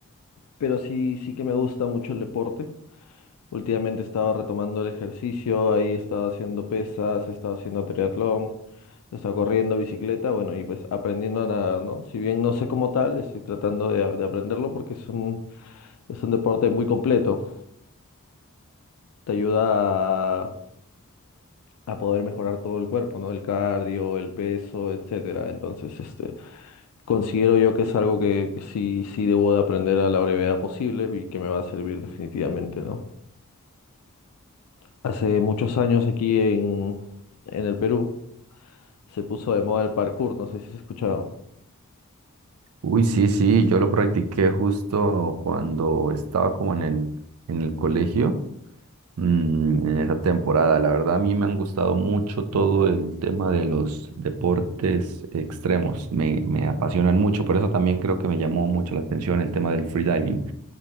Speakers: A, on the left; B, on the right.
A: pero sí, sí que me gusta mucho el deporte. Últimamente he estado retomando el ejercicio, ahí he estado haciendo pesas, he estado haciendo triatlón, he estado corriendo, bicicleta, bueno, y pues aprendiendo a nadar, ¿no? Si bien no sé cómo tal, estoy tratando de, a- de aprenderlo porque es un, es un deporte muy completo. Te ayuda a, a poder mejorar todo el cuerpo, ¿no? El cardio, el peso, etcétera. Entonces, este, considero yo que es algo que, que sí, sí debo de aprender a la brevedad posible y que me va a servir definitivamente, ¿no? Hace muchos años aquí en, en el Perú, Se puso de moda el parkour, no sé si has escuchado.
B: Uy, sí, sí, yo lo practiqué justo cuando estaba como en el, en el colegio. Mm, en esa temporada. La verdad, a mí me han gustado mucho todo el tema de los deportes extremos. Me, me apasionan mucho. Por eso también creo que me llamó mucho la atención el tema del freediving.